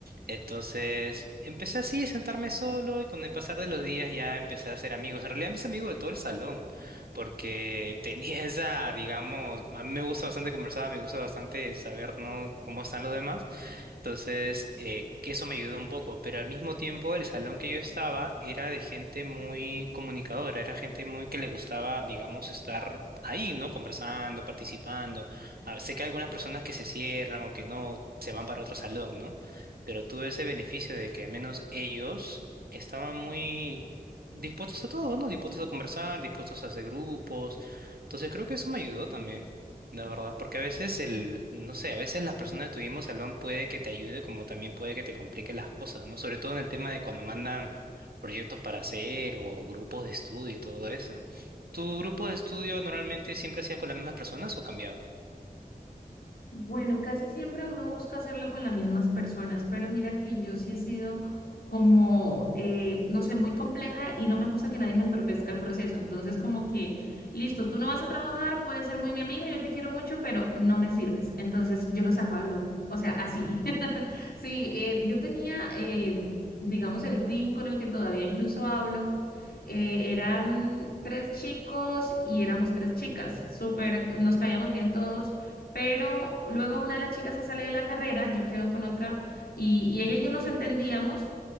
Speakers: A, on the right; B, on the left.
A: Entonces, empecé así, sentarme solo y con el pasar de los días ya empecé a hacer amigos. En realidad, mis amigos de todo el salón, porque <laughs> tenía esa, digamos, a mí me gusta bastante conversar, me gusta bastante saber, ¿no? cómo están los demás. Entonces, eh, que eso me ayudó un poco, pero al mismo tiempo el salón que yo estaba era de gente muy comunicadora, era gente muy que le gustaba, digamos, estar ahí, ¿no? Conversando, participando. A- sé que hay algunas personas que se cierran o que no se van para otro salón, ¿no? Pero tuve ese beneficio de que al menos ellos estaban muy dispuestos a todo, ¿no? Dispuestos a conversar, dispuestos a hacer grupos. Entonces, creo que eso me ayudó también. La verdad, porque a veces el, no sé, a veces la persona de tu mismo salón puede que te ayude, como también puede que te complique las cosas, ¿no? Sobre todo en el tema de cuando mandan proyectos para hacer o grupos de estudio y todo eso. ¿Tu grupo de estudio normalmente siempre hacías con las mismas personas o cambiabas?
B: Bueno, casi siempre uno busca hacerlo con las mismas personas, pero mira que yo sí he sido como, eh, no sé, muy compleja y no me gusta que nadie me entorpezca el proceso. Entonces, como que, listo, tú no vas a trabajar, puedes ser muy mi amigo, yo te quiero mucho, pero no me sirves. Entonces, yo lo sacaba del grupo. O sea, así. <laughs> Sí, eh, yo tenía, eh, digamos, el team con el que todavía incluso hablo. eh, eran tres chicos y éramos tres chicas. Súper, nos caíamos bien todos pero luego una de las chicas se sale de la carrera, yo quedo con otra y, y ella y yo nos entendíamos,